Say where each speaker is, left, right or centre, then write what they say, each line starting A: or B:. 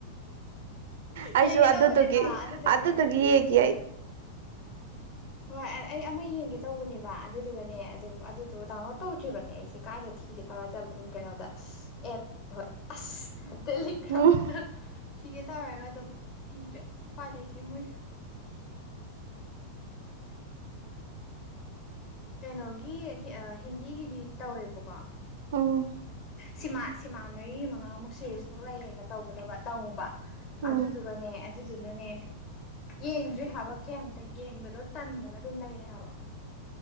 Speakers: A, on the right; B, on the left.
A: ꯑꯩꯁꯨ
B: ꯌꯦꯡꯒꯦ
A: ꯑꯗꯨꯗꯨꯒꯤ
B: ꯇꯧꯕꯅꯦꯕ ꯑꯗꯨꯗꯨꯒꯅꯦ
A: ꯑꯗꯨꯗꯨꯒꯤ ꯌꯦꯒꯤ
B: ꯎꯝ
A: ꯑꯩ
B: ꯍꯣꯏ ꯑ ꯑꯩ ꯑꯃ ꯌꯦꯡꯒꯦ ꯇꯧꯕꯅꯦꯕ ꯑꯗꯨꯗꯨꯒꯅꯦ ꯑꯗꯨꯝ ꯑꯗꯨꯗꯣ ꯗꯥꯎꯟꯂꯣꯗ ꯇꯧꯗ꯭ꯔꯤꯕꯅꯦ ꯑꯩꯁꯦ ꯀꯥꯏꯗ ꯊꯤꯒꯦ ꯇꯧꯔ ꯇꯜꯍꯧꯕ ꯎꯝ ꯀꯩꯅꯣꯗ ꯑꯦꯞ ꯍꯣꯏ ꯑꯁ ꯇꯦꯂꯤꯒ꯭ꯔꯥꯝꯗ
A: ꯎꯝ
B: ꯊꯤꯒꯦ ꯇꯧꯔꯒ ꯑꯗꯨꯝ ꯊꯤꯗ꯭ꯔꯦ ꯎꯄꯥꯏ ꯂꯩꯇꯦ ꯃꯣꯏꯁꯦ ꯀꯩꯅꯣꯒꯤ ꯍꯤ ꯑꯥ ꯍꯤꯟꯗꯤꯒꯤꯗꯤ ꯇꯧꯋꯦꯕꯀꯣ
A: ꯎꯝ
B: ꯁꯤꯃꯥ ꯁꯤꯃꯥ ꯃꯔꯤ ꯃꯉꯥꯃꯨꯛ ꯁꯤꯔꯤꯁꯃꯨꯛ ꯂꯩꯌꯦꯕ ꯇꯧꯒꯗꯕ ꯇꯧꯕ
A: ꯎꯝ
B: ꯑꯗꯨꯗꯨꯒꯅꯦ ꯑꯠ ꯑꯗꯨꯗꯨꯅꯅꯦ ꯌꯦꯡꯗ꯭ꯔꯤ ꯍꯥꯏꯕ ꯀꯩꯝꯇ ꯌꯦꯡꯕꯗꯣ ꯇꯟꯗꯅ ꯑꯗꯨꯝ ꯂꯩꯔꯦ ꯍꯥꯏꯕ